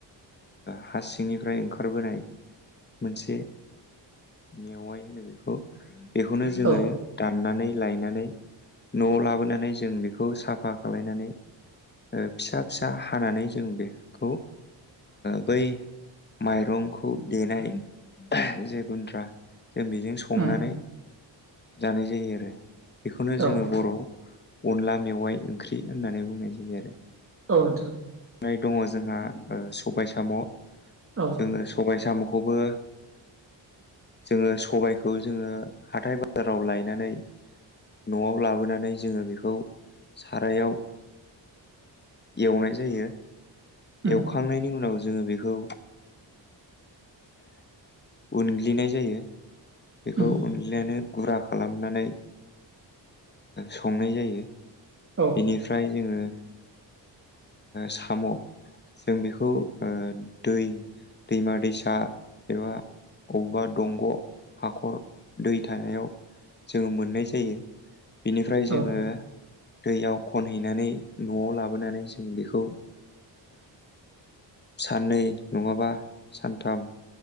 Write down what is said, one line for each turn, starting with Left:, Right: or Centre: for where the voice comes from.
Left: हा सिंनिफ्राय ओंखारबोनाय मोनसे मेवाइ होनो बेखौ बेखौनो जोङो
Right: औ
Left: दा दाननानै लनानै न'आव लाबोनानै जों बेखौ साफा खालनानै फिसा फिसा हानानै जों बेखौ बै माइरंखौ देनाय जे गुन्द्रा जों बेजों संनानै
Right: उम
Left: जानाय जायो आरो बेखौनो
Right: औ
Left: जोङो बर' अनला मेवाइ ओंख्रि होननानै बुंनाय जायो आरो
Right: ओ नोंथां
Left: दङं जोंहा सबाय साम'
Right: औ
Left: जोङो सबाय साब'खौ खौबो जोङो सबायखौ जोङो हाथाय बाजाराव लायनानै न'आव लाबोनानै जोङो बेखौ सारायाव एवनाय जायो
Right: उम
Left: एवखांनायनि उनाव उनाव जोङो बेखौ उनग्लिनाय जायो बेखौ
Right: उम
Left: उनलिगनो गुरा खालामनानै संनाय जायो
Right: औ
Left: बेनिफ्राय जोङो साम' जों बेखौ दै दैमा दैसा एबा बबेबा दंग' हाखर दै थानायाव जोङो मोननाय जायो बिनिफ्राय जोङो
Right: औ
Left: दैयाव खनहैनानै न'आव लाबोनानै जों बेखौ साननै नङाबा सानथाम